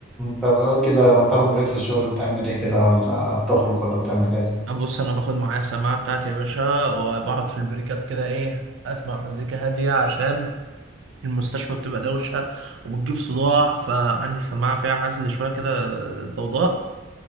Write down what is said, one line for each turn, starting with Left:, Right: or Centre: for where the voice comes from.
Centre: طب اه كده لما تاخد بريك في الشغل بتعمل ايه كده ولا بتخرج ولا بتعمل ايه
Right: <laughs> بص انا باخد معايا السماعه بتاعتي يا باشا وبقعد في البريكات كده ايه اسمع مزيكا هاديه عشان المستشفى بتبقى دوشه وبتجيب صداع فعندي السماعه فيها عزل شويه كده ضوضاء